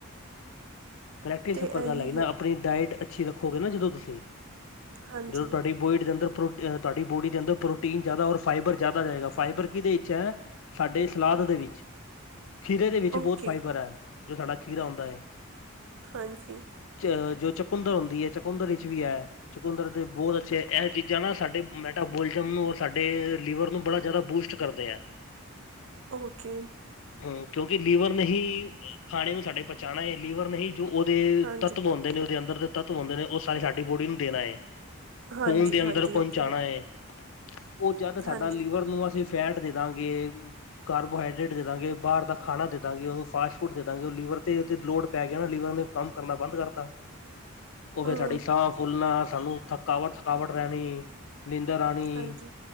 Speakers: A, on the left; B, on the right.
A: ਪ੍ਰੈਕਟਿਸ
B: ਤੇ
A: ਉੱਪਰ
B: ਇਹੀ
A: ਗੱਲ ਆਈ ਨਾ
B: ਹੈ
A: ਆਪਣੀ ਡਾਇਟ ਅੱਛੀ ਰੱਖੋਗੇ ਨਾ ਜਦੋਂ ਤੁਸੀਂ
B: ਹਾਂਜੀ
A: ਜਦੋਂ ਤੁਹਾਡੀ ਬੋਇਡ ਦੇ ਅੰਦਰ ਪ੍ਰੋ ਤੁਹਾਡੀ ਬੋਡੀ ਦੇ ਅੰਦਰ ਪ੍ਰੋਟੀਨ ਜ਼ਿਆਦਾ ਔਰ ਫਾਈਬਰ ਜ਼ਿਆਦਾ ਜਾਏਗਾ ਫਾਈਬਰ ਕਿਹਦੇ ਵਿੱਚ ਹੈ? ਸਾਡੇ ਸਲਾਦ ਦੇ ਵਿੱਚ ਖੀਰੇ ਦੇ ਵਿੱਚ
B: ਓਕੇ
A: ਬਹੁਤ ਫਾਈਬਰ ਹੈ ਜੋ ਸਾਡਾ ਖੀਰਾ ਆਉਂਦਾ ਹੈ।
B: ਹਾਂਜੀ।
A: ਚ ਜੋ ਚਕੁੰਦਰ ਹੁੰਦੀ ਹੈ, ਚਕੁੰਦਰ ਵਿੱਚ ਵੀ ਹੈ ਚਕੁੰਦਰ ਦੇ ਬਹੁਤ ਅੱਛੇ ਇਹ ਚੀਜ਼ਾਂ ਨਾ ਸਾਡੇ ਮੈਟਾਬੋਲਿਜ਼ਮ ਨੂੰ ਔਰ ਸਾਡੇ ਲੀਵਰ ਨੂੰ ਬੜਾ ਜ਼ਿਆਦਾ ਬੂਸਟ ਕਰਦੇ ਹੈ।
B: ਓਕੇ।
A: ਹ ਕਿਉਂਕਿ ਲੀਵਰ ਨੇ ਹੀ ਖਾਣੇ ਨੂੰ ਸਾਡੇ ਪਹੁੰਚਾਉਣਾ ਏ ਲੀਵਰ ਨੇ ਹੀ ਜੋ ਉਹਦੇ
B: ਹਾਂਜੀ
A: ਤੱਤਵ ਹਉਂਦੇ ਨੇ ਉਹਦੇ ਅੰਦਰ ਦੇ ਤੱਤਵ ਹੁੰਦੇ ਨੇ ਉਹ ਸਾਰੀ ਸਾਡੀ ਬੋਡੀ ਨੂੰ ਦੇਨਾ ਏ।
B: ਹਾਂਜੀ
A: ਖੂਨ ਦੇ ਅੰਦਰ
B: ਹਾਂਜੀ
A: ਪਹੁੰਚਾਉਣਾ
B: ਉਹ ਤੇ
A: ਹੈ ਉਹ ਜਦ ਸਾਡਾ
B: ਹਾਂਜੀ
A: ਲੀਵਰ ਨੂੰ ਅਸੀ ਫੈਟ ਦੇ ਦਾਂਗੇ ਕਾਰਬੋਹਾਈਡਰੇੇਟ ਦੇ ਦਾਂਗੇ, ਬਾਹਰ ਦਾ ਖਾਣਾ ਦੇ ਦਾਂਗੇ, ਉਹਨੂੰ ਫਾਸਟ ਫੂਡ ਦੇ ਦਾਂਗੇ ਉਹ ਲੀਵਰ ਤੇ ਤੇ ਲੋੜ ਪੈ ਗਿਆ ਨਾ। ਲੀਵਰ ਨੇ ਕੰਮ ਕਰਨਾ ਬੰਦ ਕਰਤਾ ਉਹ ਫੇਰ
B: ਹਮ
A: ਸਾਡੀ ਸਾਹ ਫੁਲਣਾ ਸਾਨੂੰ ਥ ਥਕਾਵਟ-ਥਕਾਵਟ ਰਹਿਨੀ ਨੀਂਦਰ ਆਣੀ
B: ਹਾਂਜੀ